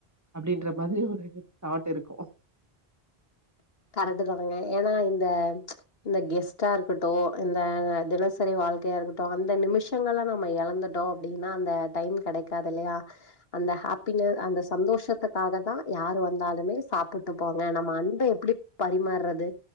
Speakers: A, on the right; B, on the left.
A: அப்படின்ற மாதிரி ஒரு தாட் இருக்கும்
B: கரெட்டுதாங்க ஏன்னா இந்த இந்த கெஸ்ட்டா இருக்கட்டு இந்த தினசரி வாழ்க்கையா இருக்குட்டு அந்த நிமிஷங்கள்ல நம்ம எழந்துட்டோ அப்டின்னா அந்த டைம் கடைக்காது இல்லையா அந்த ஹாப்பின அந்த சந்தோஷத்துக்காகதா யாரு வந்தாலுமே சாப்புட்டு போங்க ந மந்த எப்புடி பரிமாற்றது